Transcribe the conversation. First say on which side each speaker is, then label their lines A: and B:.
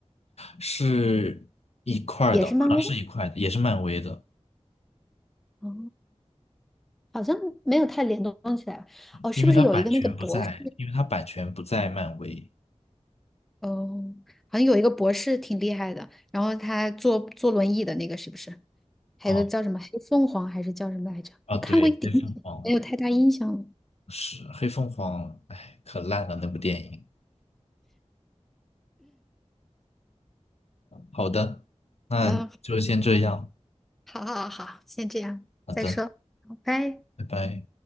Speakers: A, on the left; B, in the centre.
A: 是一块儿的，
B: 也是漫威的？
A: 好像是一块的，也是漫威的，
B: 哦。好像没有太联动起来吧。哦，是不是有一个那个博士？
A: 因为他版权不在，因为他版权不在漫威
B: 哦，好像有一个博士挺厉害的，然后他坐坐轮椅的那个是不是？还有个叫什么黑凤凰还是叫什么来着？
A: 啊啊，
B: 我看过一点点，
A: 对，黑凤凰
B: 没有太大印象了。
A: 是黑凤凰，哎，可烂了那部电影。好的，那就先这样，
B: 嗯，好好好，先这样，
A: 好的，
B: 再说，好，拜。
A: 拜拜。